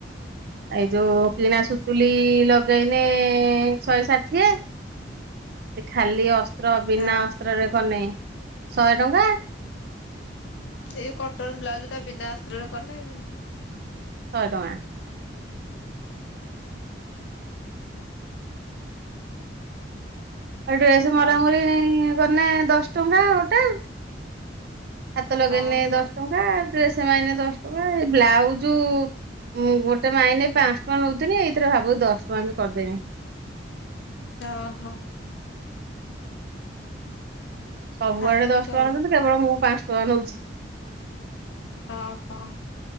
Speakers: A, on the right; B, on the left.
A: ଆ ଏଇ ଯୋଉ କିଣା ସୁ ତୁଲି ଲଗେଇନେ ଶହେ ଷାଠିଏ। ସେ ଖାଲି ଅସ୍ତ୍ର ବିନା
B: ଓହୋ
A: ଅସ୍ତ୍ରରେ କନେ ଶଏ ଟଙ୍କା।
B: ଏଇ କଟନ୍ ବ୍ଲାଉଜୁଟା ବିନା ଆସ୍ତ୍ରରେ କନେ
A: ଶହେ ପାଇଁ। ଏ ଡ୍ରେସ୍ ମରାମରି
B: ଆଉ
A: କନେ ଦଶ ଟଙ୍କା ଗୋଟେ। ହାତ ଲଗେଇନେ
B: ଓହୋ
A: ଦଶ ଟଙ୍କା ଡ୍ରେସେ ମାଇନେ ଦଶ ଟଙ୍କା ଏ ବ୍ଲାଉଜୁ ମୁଁ ଗୋଟେ ମାଇନେ ପାଞ୍ଚ ଟଙ୍କା ନୋଉଥୁନି ଏଇଥର ଭାବୁଚି ଦଶ ଟଙ୍କା ବି କରିଦେମି।
B: ତ ଓହୋ।
A: ସବୁଆଡେ
B: ଖାଇଲ
A: ଦଶ
B: କେତେବେଳେ
A: ଟଙ୍କା ନୋଉଚନ୍ତି କେବଳ ମୁଁ ପାଞ୍ଚ ଟଙ୍କା ନୋଉଛି।
B: ଅହୋ।